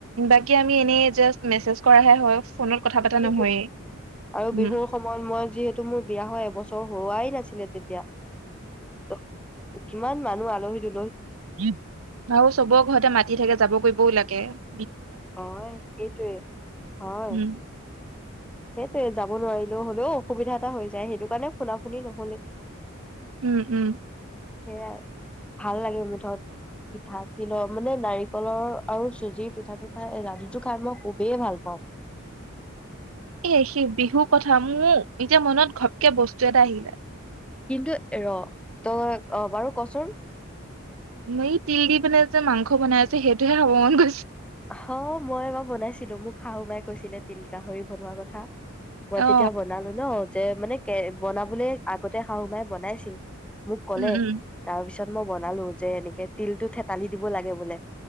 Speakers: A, on the right; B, in the centre.
A: বাকী আমি এনো যাচ মেজ কৰাহে হয় ফোনত কথা পতা
B: সেইটোটো
A: নহয়েই
B: আৰু
A: উম
B: বিহুৰ সময়ত মই যিহেতু মোৰ বিয়া হয় এবছৰ অঁ হোৱাই নাছিলে তেতিয়া ত কিমান মানুহ আলহী দু
A: উ আৰু চবৰে ঘৰতে মাতি থাকে যাবগৈ বল আৰু এ
B: অঁ হয় সেঁইটোৱে হয়
A: উম
B: সেইটোৱে হয় সেইটোৱে যাব নোৱাৰিছো নহলেও অসুবিধা এটা হৈ যায় সেইটো কাৰণে শুনা শুনি কৈ দিছোঁ
A: উম উম
B: সেয়াই ভাল লাগে মুঠত পিঠা তিলৰ মানে নাৰিকলৰ আৰু চুজিৰ পিঠাটো হ'য়। ৰাতিুটো খাই মই খুবেই ভাল পাওঁ।
A: এ, সেই বিহুৰ কথা। মোৰ এতিয়া মনত ঘপকে বস্তু এটা আহিলে।
B: কিন্তু ৰ'। তই অ' বাৰু কচোন।
A: হেৰি তিল দি পেলাই যে মাংস বনাই যে, সেইটোহে খাব ম'ন গৈছে।
B: অ', ই এবাৰ বনাইছিলো। মোক শাহু মাই কৈছিলে তিল-গাহৰি বনোৱা কথা। মই
A: অ
B: তেতিয়া বনালো নো? যে মানে, কে বনাবলৈ আগতে শাহু মায়ে বনাইছিল। মোক ক'লে।
A: উম উম
B: তাৰপিছত পিছত মই বনালো। যে এনেকে তিলতো থেতালি দিব লাগে বোলে।